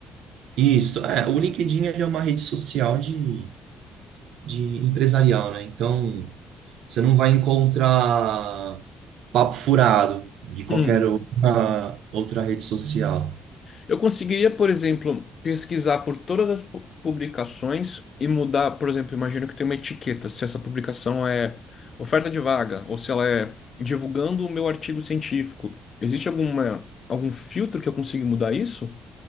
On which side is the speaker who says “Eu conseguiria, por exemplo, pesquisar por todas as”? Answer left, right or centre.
Left